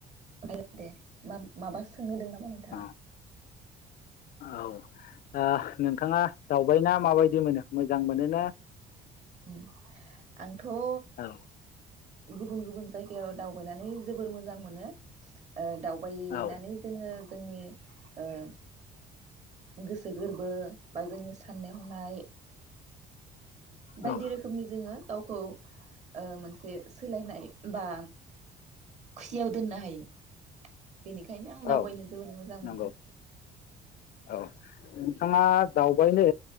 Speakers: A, on the right; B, on the left.
A: दे दे माबा माबा सोंनो दोङो नामा नोंथाङा
B: औ औ आ नों थाङा दावबायना माबायदि मोनो मोजां मोनोना
A: उम आंथ ओ
B: औ
A: गुबुन गुबुन जायगायाव दावबायनानै जोबोर मोजां मोनो ओ दाव बायनानै
B: औ
A: जोङो जोंनि ओ गोसो गोरबो बा जोंनि साननाय हनाय बायदि
B: औ
A: रोखोमनि जोङो गावखौ ओ मोनसे सोलायनाय बा खुसियाव दोननो हायो बेनिखायनो आं दावबायनो
B: औ
A: जोबोर मोजां मोनो
B: नंगौ औ नोंथाङा दावबायनो